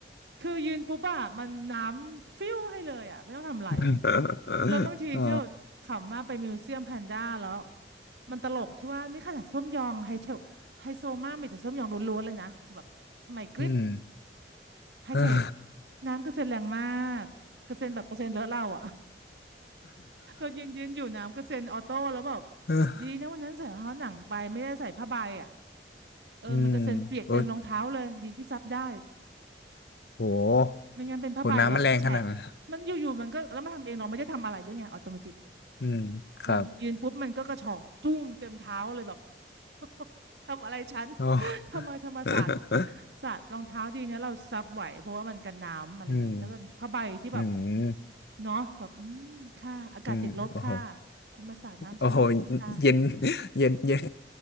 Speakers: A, on the right; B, on the left.
A: คือยืนปุ๊บอะมันน้ำฟิวให้เลยอะไม่ต้องทำอะไร
B: <laughs>
A: แล้วบางทีที่แบบขำมากไปมิวเซียมแพนด้าแล้ว
B: อ๋อ
A: มันตลกที่ว่านี่ขนาดส้มยองไฮเทลไฮโซมากมีแต่ส้มยองล้วนๆเลยนะคือแบบสมัยกริป
B: อืม
A: ไฮเทค
B: <laughs>
A: น้ำกระเซ็นแรงมากกระเซ็นแบบกระเซ็นเลอะเราอะ <laughs> เรายืนยืนอยู่น้ำกระเซ็นออโต้แล้วแบบ
B: เออ
A: ดีนะวันนั้นใส่รองเท้าหนังไปไม่ได้ใส่ผ้าใบอะเออมันกระเซ็นเปียกเต็มรองเท้าเลยดีที่ซับได้
B: อืมโอ้โห
A: ไม่งั้นเป็นผ้าใบแบบแฉะ
B: โหน้ำมันแรงขนาดนั้น
A: มันอยู่ๆมันก็แล้วมันทำเองเราไม่ได้ทำอะไรด้วยไงออโตเมติก
B: อืมครับ
A: มันยืนปุ๊บมันก็กระฉอกตุ้มเต็มเท้าเลยแบบ <laughs> ทำอะไรฉัน
B: โอ
A: <laughs> ทำไมธรรมศาสตร์
B: ้ <laughs>
A: ศาสตร์รองเท้าดีนะเราซับไหวเพราะว่ามันกันน้ำอะไรอย่างเงี้ยถ้าเป็นผ้าใบที่แบบ
B: อืมอืม
A: เนาะแบบอืมค่ะอากาศติดลบค่ะ
B: อืมโอ้โห
A: คุณมาสาดน้ำใส่เราอีกค่ะ
B: โอ้โหเย็นเย็นเย็น